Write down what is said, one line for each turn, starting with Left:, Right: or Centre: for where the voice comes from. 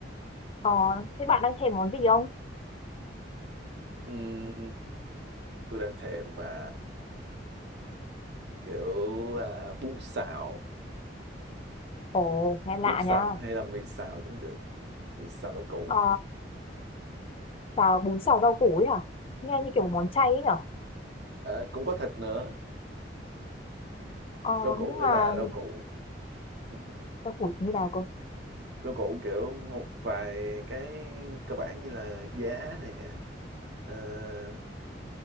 Left: ờ, thế bạn đang thèm món gì không?
Right: Ừm, tôi đang thèm mà kiểu à, bún xào
Left: Ồ, nghe lạ
Right: bún xào
Left: nha.
Right: hay là mì xào cũng được mì xào rau củ
Left: Ờ, xào bún xào rau củ ấy hả? Nghe như kiểu một món chay ấy nhở?
Right: Ờ, cũng có thịt nữa
Left: Ờ,
Right: rau củ
Left: nhưng
Right: ấy
Left: mà
Right: là rau củ Ừ.
Left: rau củ như nào
Right: rau củ kiểu một vài cái cơ bản như là giá nè ờ,